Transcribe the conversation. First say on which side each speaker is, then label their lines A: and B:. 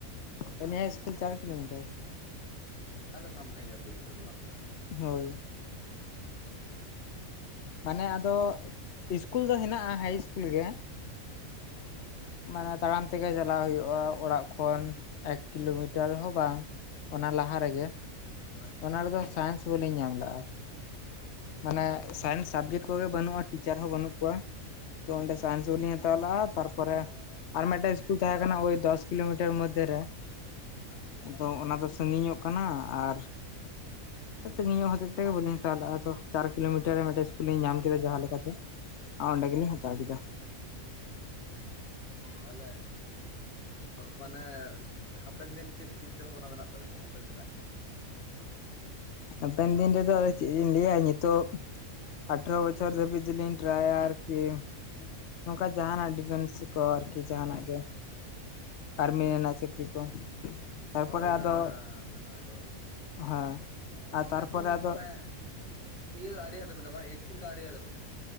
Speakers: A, on the left (about 60°); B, on the left (about 75°).
A: ᱟᱹᱞᱤᱧᱟᱜ ᱤᱥᱠᱩᱞ ᱪᱟᱨ ᱠᱤᱞᱳᱢᱤᱴᱟᱨ᱾
B: ᱛᱟᱦᱞᱮ ᱥᱟᱢᱱᱮ ᱜᱮᱭᱟ ᱛᱚ ᱵᱤᱥᱤ ᱫᱚ ᱵᱟᱝ ᱥᱟᱹᱝᱜᱤᱧᱟ᱾
A: ᱦᱳᱭ ᱢᱟᱱᱮ ᱟᱫᱚ ᱤᱥᱠᱩᱞ ᱫᱚ ᱦᱮᱱᱟᱜᱼᱟ ᱦᱟᱭ ᱤᱥᱠᱩᱞ ᱜᱮ᱾ ᱮᱜ ᱢᱟᱱᱮ ᱛᱟᱲᱟᱢ ᱛᱮᱜᱮ ᱪᱟᱞᱟᱣ ᱦᱩᱭᱩᱜᱼᱟ ᱚᱲᱟᱜ ᱠᱷᱚᱱ ᱮᱠ ᱠᱤᱞᱳᱢᱤᱴᱟᱨ ᱦᱚᱸ ᱵᱟᱝ ᱚᱱᱟ ᱞᱟᱦᱟ ᱨᱮᱜᱮ᱾
B: ᱟᱪᱪᱷᱟ
A: ᱚᱱᱟ ᱨᱮᱫᱚ ᱥᱟᱭᱮᱱᱥ ᱵᱟᱞᱤᱧ ᱧᱟᱢ ᱞᱟᱜᱼᱟ᱾
B: ᱟᱪᱪᱷᱟ᱾
A: ᱢᱟᱱᱮ ᱥᱟᱭᱮᱱᱥ ᱥᱟᱵᱽᱡᱮᱠᱴ ᱠᱚᱜᱮ ᱵᱟᱹᱱᱩᱜᱼᱟ ᱴᱤᱪᱟᱨ ᱦᱚᱸ ᱵᱟᱹᱱᱩᱜ ᱠᱚᱣᱟ᱾ ᱛᱚ
B: ᱦᱩᱸ
A: ᱚᱸᱰᱮ ᱥᱟᱭᱮᱱᱥ ᱵᱟᱞᱤᱧ ᱦᱟᱛᱟᱣ ᱞᱟᱜ-ᱟ ᱛᱟᱨᱯᱚᱨᱮ᱾ ᱟᱨ ᱢᱤᱫᱴᱟᱝ ᱤᱥᱠᱩᱞ ᱛᱟᱦᱮᱸ ᱠᱟᱱᱟ ᱳᱭ ᱫᱚᱥ ᱠᱤᱞᱳᱢᱤᱴᱟᱨ ᱢᱚᱫᱽᱫᱷᱮ ᱨᱮ
B: ᱟᱪᱪᱷᱟ
A: ᱟᱫᱚ ᱚᱱᱟ ᱫᱚ᱾ ᱥᱟᱺᱜᱤᱧᱚᱜ ᱠᱟᱱᱟ ᱟᱨ ᱥᱟᱺᱜᱤᱧᱚᱜ ᱦᱚᱛᱮᱡ ᱛᱮ ᱵᱟᱹᱞᱤᱧ ᱦᱟᱛᱟᱣ ᱞᱮᱫᱼᱟ ᱟᱫᱚ᱾ ᱪᱟᱨ ᱠᱤᱞᱳᱢᱤᱴᱟᱨ ᱨᱮ ᱢᱤᱫᱴᱮᱡ ᱤᱥᱠᱩᱞᱤᱧ ᱧᱟᱢ ᱠᱮᱫᱟ ᱡᱟᱦᱟᱸ ᱞᱮᱠᱟᱛᱮ᱾ ᱟᱨ ᱚᱸᱰᱮ ᱜᱮᱞᱤᱧ
B: ᱦᱳᱭ
A: ᱦᱟᱛᱟᱣ ᱠᱮᱫᱟ
B: ᱛᱟᱦᱞᱮ ᱵᱟᱝ <inaudible> ᱢᱟᱱᱮ ᱦᱟᱯᱮᱱ ᱫᱤᱱ ᱪᱮᱫ ᱪᱤᱱᱛᱟᱹ ᱵᱷᱟᱵᱱᱟ ᱢᱮᱱᱟᱜ ᱛᱟᱵᱮᱱᱟ ᱦᱟᱯᱮᱱ ᱫᱤᱱᱟᱜ?
A: ᱦᱟᱯᱮᱱ ᱫᱤᱱ ᱨᱮ ᱫᱚ ᱟᱫᱚ ᱪᱮᱫ ᱤᱧ ᱞᱮᱭᱟ ᱱᱤᱛᱚᱜ ᱟᱴᱷᱮᱨᱚ᱾ ᱵᱚᱪᱷᱚᱨ ᱫᱷᱟᱹᱵᱤᱡ ᱫᱚᱞᱤᱧ ᱴᱨᱟᱭᱟ ᱟᱨᱠᱤ᱾ ᱱᱚᱝᱠᱟ ᱡᱟᱦᱟᱱᱟᱜ ᱰᱤᱯᱷᱮᱱᱥ ᱠᱚ ᱟᱨᱠᱤ ᱡᱟᱦᱟᱱᱟᱜ ᱜᱮ᱾ ᱟᱨᱢᱤᱱᱟ ᱪᱟᱹᱠᱨᱤ ᱠᱚ᱾ ᱛᱟᱨᱯᱚᱨᱮ
B: ᱦᱳᱭ ᱦᱮᱸ
A: ᱟᱫᱚ
B: ᱦᱮᱸ ᱢᱮᱱᱟᱜ ᱫᱚ᱾
A: ᱦᱮᱸ ᱟᱨ ᱛᱟᱨᱯᱚᱨᱮ
B: ᱮᱠᱷᱚᱱ
A: ᱟᱫᱚ
B: ᱢᱟᱱᱮ ᱤᱭᱟᱹ ᱫᱚ ᱟᱨᱮ ᱛᱟᱵᱤᱱᱟ ᱵᱟ ᱮᱭᱤᱴᱤᱱ ᱫᱚ ᱟᱨᱮᱭᱟ ᱛᱟᱵᱤᱱᱟ?